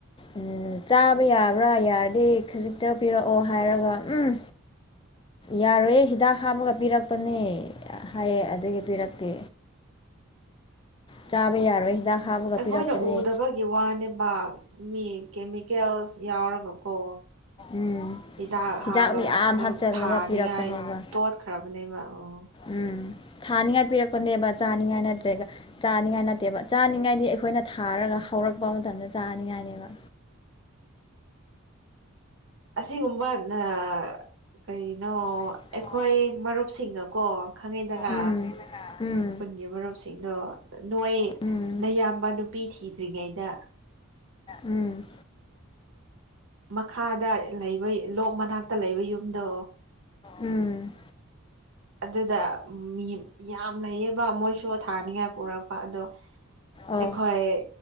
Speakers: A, on the left (about 25°); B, on the right (about 65°).
A: ꯎꯝ ꯆꯥꯕ ꯌꯥꯕ꯭ꯔꯥ ꯌꯥꯔꯗꯤ ꯈꯖꯤꯛꯇ ꯄꯤꯔꯛꯑꯣ ꯍꯥꯏꯔꯒ ꯎꯝ
B: <inaudible>
A: ꯌꯥꯔꯣꯏꯌꯦ ꯍꯤꯗꯥꯛ ꯍꯥꯞꯃꯒ ꯄꯤꯔꯛꯄꯅꯦ ꯍꯥꯏꯌꯦ ꯑꯗꯨꯒꯤ ꯄꯤꯔꯛꯇꯦ
B: <inaudible>
A: ꯆꯥꯕ
B: ꯎꯝ
A: ꯌꯥꯔꯣꯏ ꯍꯤꯗꯥꯛ ꯍꯥꯞꯄꯒ
B: ꯑꯩꯈꯣꯏꯅ
A: ꯄꯤꯔꯛꯄꯅꯦ
B: ꯎꯗꯕꯒꯤ ꯋꯥꯅꯦꯕ ꯃꯤ ꯀꯦꯃꯤꯀꯦꯜꯁ ꯌꯥꯎꯔꯒ ꯀꯣ
A: ꯎꯝ
B: ꯍꯤꯗꯥꯛ ꯍꯥꯞꯄꯒ
A: ꯃꯌꯥꯝ
B: ꯑꯗꯨꯝ
A: ꯍꯥꯞꯆꯤꯜꯂꯒ
B: ꯊꯥꯅꯤꯉꯥꯏ
A: ꯄꯤꯔꯛꯄꯅꯦꯕ
B: ꯇꯣꯠꯈ꯭ꯔꯕꯅꯦꯕ ꯎ <inaudible>
A: ꯎꯝ ꯊꯥꯅꯤꯡꯉꯥꯏ ꯄꯤꯔꯛꯄꯅꯦꯕ ꯆꯥꯅꯤꯡꯉꯥꯏ ꯅꯠꯇ꯭ꯔꯦꯒ ꯆꯥꯅꯤꯡꯉꯥꯏ ꯅꯠꯇꯦꯕ ꯆꯥꯅꯤꯡꯉꯥꯏꯗꯤ ꯑꯩꯈꯣꯏꯅ ꯊꯥꯔꯒ ꯍꯧꯔꯛꯄ ꯃꯇꯝꯗ ꯆꯥꯅꯤꯉꯥꯏꯅꯦꯕ
B: <inaudible> ꯑꯁꯤꯒꯨꯝꯕ ꯑ ꯀꯩꯅꯣ
A: ꯀꯩꯅꯣ
B: ꯑꯩꯈꯣꯏ ꯃꯔꯨꯞꯁꯤꯡꯒꯀꯣ ꯈꯪꯉꯤꯗꯅ
A: ꯎꯝ ꯎꯝ
B: ꯈꯨꯟꯒꯤ ꯃꯔꯨꯞꯁꯤꯡꯗꯣ ꯅꯣꯏ
A: ꯎꯝ
B: ꯅꯌꯥꯝꯕ ꯅꯨꯄꯤ ꯊꯤꯗ꯭ꯔꯤꯉꯩꯗ
A: ꯎꯝ
B: ꯃꯈꯥꯗ ꯂꯩꯕ ꯂꯣꯛ ꯃꯅꯥꯛꯇ ꯂꯩꯕ ꯌꯨꯝꯗꯣ
A: ꯎꯝ
B: ꯑꯗꯨꯗ ꯃꯤ ꯌꯥꯝ ꯂꯩꯩꯌꯦꯕ ꯃꯣꯏꯁꯨ ꯊꯥꯅꯤꯉꯥꯏ ꯄꯨꯔꯛꯄ ꯑꯗꯣ
A: ꯑꯗꯣ ꯑꯣ
B: ꯑꯩꯈꯣꯏ